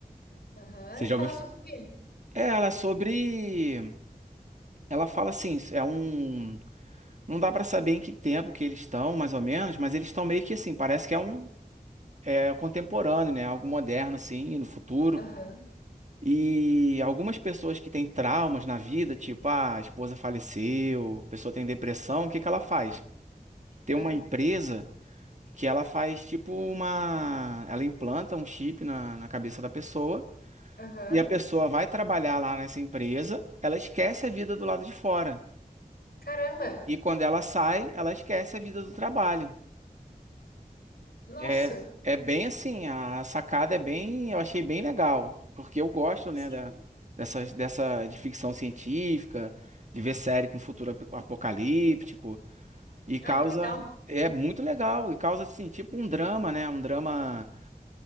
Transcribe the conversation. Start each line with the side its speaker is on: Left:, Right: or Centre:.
Left: Aham,
Right: Você já
Left: Fala
Right: ouviu?
Left: sobre o quê?
Right: É, ela é sobre. Ela fala assim, é um. Não dá pra saber em que tempo que eles estão, mais ou menos, mas eles estão meio que assim, parece que é um é contemporâneo, né? Algo moderno, assim, no futuro.
Left: Aham,
Right: E algumas pessoas que têm traumas na vida, tipo, ah, a esposa faleceu, a pessoa tem depressão, o que que ela faz? Tem
Left: ah,
Right: uma empresa que ela faz tipo uma. Ela implanta um chip na, na cabeça da pessoa
Left: aham.
Right: e a pessoa vai trabalhar lá nessa empresa, ela esquece a vida do lado de fora.
Left: Caramba!
Right: E quando ela sai, ela esquece a vida do trabalho.
Left: Nossa!
Right: É, é bem assim, a sacada é bem, eu achei bem legal, porque eu gosto, né,
Left: Sim.
Right: da, dessa, dessa de ficção científica, de ver série com futuro ap- apocalíptico, e causa,
Left: Ah, que legal!
Right: é muito legal, e causa, assim, tipo um drama, né, um drama,